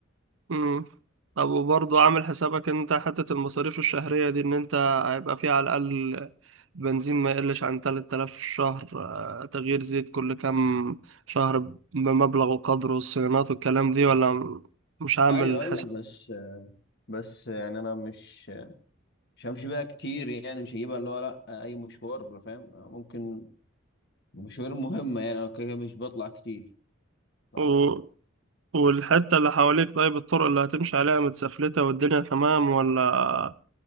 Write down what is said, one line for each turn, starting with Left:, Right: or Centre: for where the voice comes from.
Right: مم. طب وبرضه عامل حسابك ان انت حتة المصاريف الشهرية دي ان انت هيبقى فيه على الأقل بنزين ما يقلش عن 3000 في الشهر آه، تغيير زيت كل كام شهر بمبلغ وقدره الصيانات والكلام دي ولا م- مش عامل
Left: ايوه ايوه بس بس يعني انا مش مش همشي بيها كتير يعني مش هجيبها اللي هو لا اي مشوار فاهم ممكن مشاوير مهمة يعني أنا كده كده مش بطلع كتير فلا
Right: حسابك والحتة اللي حواليك طيب الطرق اللي هتمشي عليها متسفلتة والدنيا تمام ولا